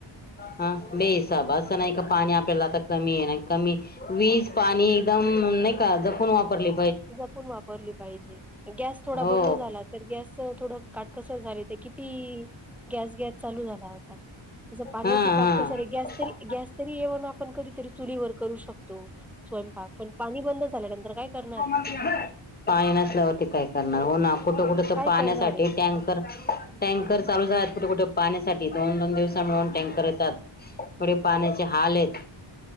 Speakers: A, on the left; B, in the centre.
A: हा बेहिसाब अस नाही पाणी आपल्याला कमी हाय का कमी वीज पाणी एकदम नाही का जपून वापरले
B: जपून वापरली पाहिजे गॅस थोडा
A: हो
B: बंद झाला तर गॅस थोड काटकसर झाले ते किती गॅस गॅस चालू झाला होता तस पाण्याची
A: हा
B: काटकसर
A: हा
B: गॅस तरी गॅस तरी येऊन आपण कधीतरी चुलीवर करू शकतो स्वयंपाक पण पाणी बंद झाल्यानंतर काय करणार आहे
A: पाणी नसल्यावरती काय करणार हो ना कुठं कुठं तर
B: काय
A: पाहण्यासाठी
B: करणार आहे
A: टँकर चालू झाल कुठे कुठे पाण्यासाठी दोन दोन दिवसा मिळून टँकर येतात येवडे पाण्याचे हाल आहेत